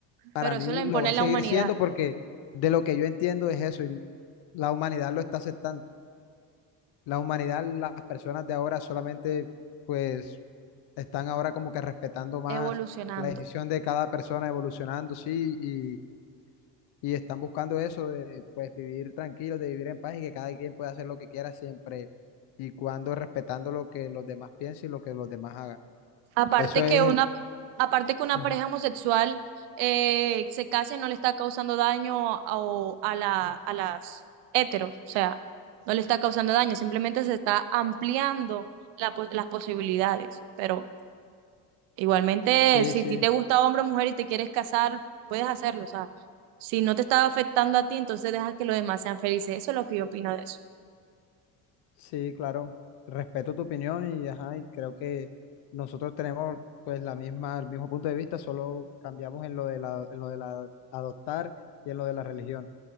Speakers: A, on the left; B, on the right.
A: para
B: pero
A: mí
B: eso
A: lo
B: lo impone
A: va a
B: la
A: seguir
B: humanidad
A: siendo porque de lo que yo entiendo es eso y la humanidad lo está aceptando. la humanidad, las personas de ahora solamente pues están ahora como que respetando más
B: evolucionando.
A: la decisión de cada persona evolucionando, sí, y, y están buscando eso de pues vivir tranquilos, de vivir en paz y que cada quien pueda hacer lo que quiera siempre y cuando respetando lo que los demás piensen y lo que los demás hagan.
B: Aparte
A: Eso es
B: que una,
A: el...
B: aparte que una
A: Ujú.
B: pareja homosexual eh, se case no le está causando daño a, o a la, a las heteros, o sea, no le está causando daño, simplemente se está ampliando la po- las posibilidades. Pero igualmente,
A: Sí,
B: si
A: sí.
B: a ti te gusta hombre o mujer y te quieres casar, puedes hacerlo, o sea, si no te está afectando a ti, entonces deja que los demás sean felices. Eso es lo que yo opino de eso.
A: Sí, claro, respeto tu opinión y, ajá, y creo que nosotros tenemos pues la misma, el mismo punto de vista, solo cambiamos en lo de la, en lo de la adoptar y en lo de la religión.